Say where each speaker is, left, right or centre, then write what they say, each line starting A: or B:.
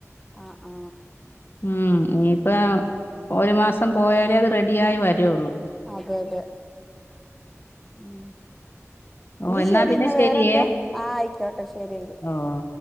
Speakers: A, in the centre; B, on the left.
A: അ ആ
B: ഉം ഇനിയിപ്പ ഒരു മാസം പോയാലേ അത് റെഡി ആയി വരയുള്ളൂ
A: അതെ അതെ ഉം
B: ഓ
A: എങ്കി
B: എന്നാ
A: ശരി
B: പിന്നെ
A: ഇന്നാ
B: ശരിയേ
A: വേറെന്താ ആഹ് അയിക്കോട്ടെ ശരിയങ്കിൽ
B: ഓ